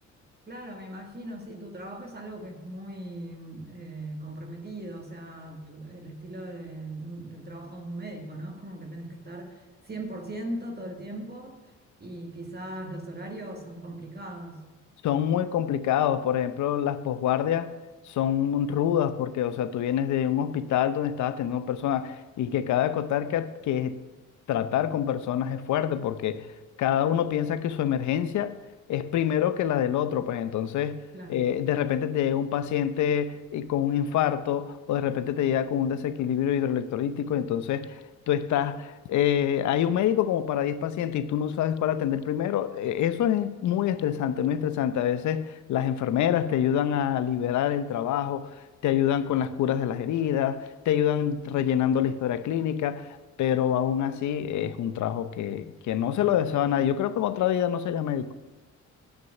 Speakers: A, on the right; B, on the left.
A: Claro, me imagino, sí, tu trabajo es algo que es muy mm, eh, comprometido, o sea, tu- el estilo de- de un- del trabajo de un médico, ¿no? Es como que tenés que estar 100% todo el tiempo y quizás los horarios son complicados,
B: son muy complicados. Por ejemplo, las posguardias son rudas porque, o sea, tú vienes de un hospital donde estabas teniendo personas y que cada acotar que, que tratar con personas es fuerte porque cada uno piensa que su emergencia es primero que la del otro. Pues entonces,
A: claro.
B: eh, de repente te llega un paciente y con un infarto o de repente te llega con un desequilibrio hidroelectrolítico. Entonces, tú estás eh, hay un médico como para 10 pacientes y tú no sabes cuál atender primero, eh, eso es muy estresante, muy estresante. A veces las enfermeras te ayudan a liberar el trabajo, te ayudan con las curas de las heridas, te ayudan rellenando la historia clínica, pero aún así es un trabajo que, que no se lo deseo a nadie. Yo creo que en otra vida no sería médico.